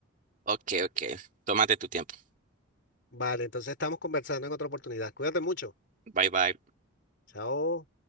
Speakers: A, on the right; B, on the left.
A: Ok, ok. Tómate tu tiempo.
B: Vale, entonces estamos conversando en otra oportunidad. Cuídate mucho.
A: Bye, bye.
B: Chao.